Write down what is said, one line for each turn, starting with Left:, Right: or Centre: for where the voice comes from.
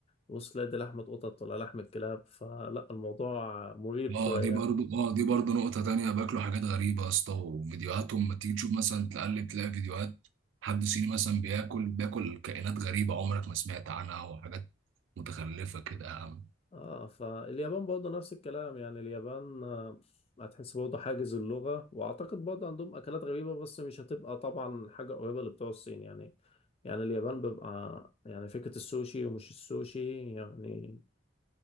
Left: وصل تلاقي دي لحمة قطط ولا لحمة كلاب فلا الموضوع مريب شوية
Right: اه دي برضه اه دي برضه نقطه تانية باكلوا حاجات غريبه يا اسطى وفيديوهاتهم ما تيجي تشوف مثلا تقلب تلاقي فيديوهات حد صيني مثلا بياكل بياكل كائنات غريبه عمرك ما سمعت عنها وحاجات متخلفه كده
Left: اه فاليابان برضه نفس الكلام يعني اليابان آه، هتحس برضه حاجز اللغة وأعتقد برضه عندهم أكلات غريبة بس مش هتبقى طبعا حاجة قريبة لبتوع الصين يعني يعني اليابان بيبقى يعني فكرة السوشي ومش السوشي يعني